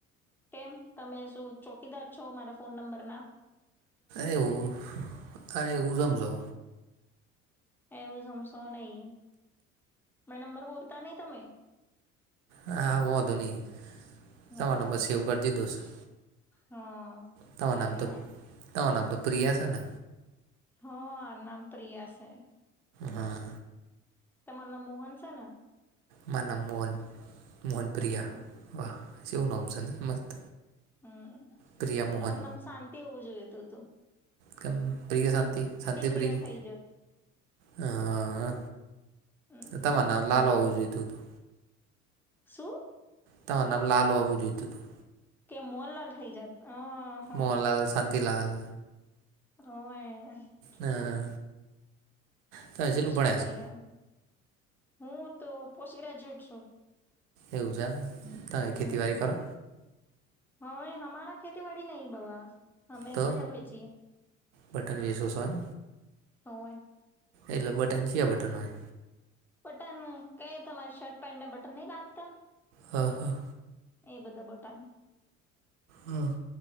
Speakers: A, in the centre; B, on the right (about 60°).
A: કેમ તમે શું ચોકીદાર છો મારા ફોન નંબર ના.
B: એવું હ એવું રમજો
A: એવું જમશો નહી મેં નંબર બોલતા નહીિ તમે
B: હા મોોધની
A: હ
B: તમારા નંબર સેવ કરી દી દો સર
A: હા
B: તમારું
A: સારી
B: નામ તો
A: વાત
B: ત નામ તો પ્રિયા છેને
A: હ આ નામ પ્રિયા છે
B: હા
A: તમાર નામ મોહન છે ને
B: મા નામ મોહન મોહનપ્રિયા
A: હમ
B: વાહ એ ઉના હમ છેને એ મસ્ત
A: હમ
B: પ્રિયા મોહન
A: તોનેમ શાંતિ હોવું જોયું તું તું
B: કે પ્રિય શાંતિ શાંતિ
A: પ્રિયા
B: પ્રિય
A: થઈ જત
B: હા
A: હમ
B: તમાર નામ લાલ
A: એવા
B: હોવું જોઈતું હતું
A: શું
B: ત નામ લાલ વાવું જોઈતું હતું
A: કે મોહનલાલ થઇ જાત હા.
B: મોહનલાલ શાંતિલાલ
A: <unintelligible>
B: હા. તમે કેટલું
A: તો શું
B: ભણ્યા
A: કરી
B: છો
A: હવે. હું તો પોસ્ટ ગ્રેજ્યુએટ સું.
B: એવું છે એમ. તાય
A: હમ
B: ખેતીવાડી કરો?
A: હવે હમારા ખેતીવાડી નહીં બાબા. હમે
B: તો
A: બટન વેચીએ,
B: બટન વેચો છો એમ
A: હોવે.
B: એટલે બટન, ચ્યાં બટન હોય?
A: બટન કે તમારે શર્ટ પેન્ટને બટન નહીં લાગતા.
B: હા, હા.
A: એ બધા બટન.
B: હા